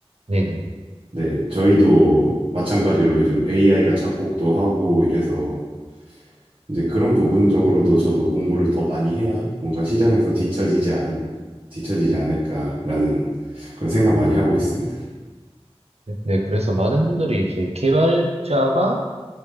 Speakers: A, on the right (about 75°); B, on the right (about 55°).
A: 네네.
B: 네, 저희도 마찬가지로 요즘 AI가 작곡도 하고 이래서 이제 그런 부분적으로도 저도 공부를 더 많이 해야 뭔가 시장에서 뒤처지지 않, 뒤처지지 않을까라는 그런 생각 많이 하고 있습니다.
A: 네, 그래서 많은 분들이 이제 개발자가